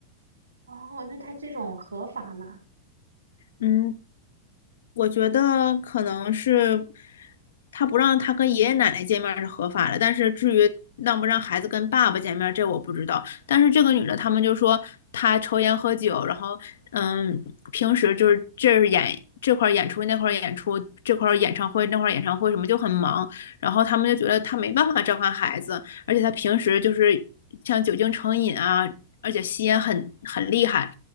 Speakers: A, on the right (about 75°); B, on the left (about 60°).
A: 哦，那他这种合法吗？
B: 嗯，我觉得可能是他不让他跟爷爷奶奶见面儿是合法的，但是至于让不让孩子跟爸爸见面儿，这我不知道。但是这个女的，他们就说她抽烟喝酒，然后嗯，平时就是这儿演这块儿演出那块儿演出，这块儿演唱会那块儿演唱会什么就很忙，然后他们就觉得她没办法照看孩子，而且她平时就是像酒精成瘾啊，而且吸烟很很厉害。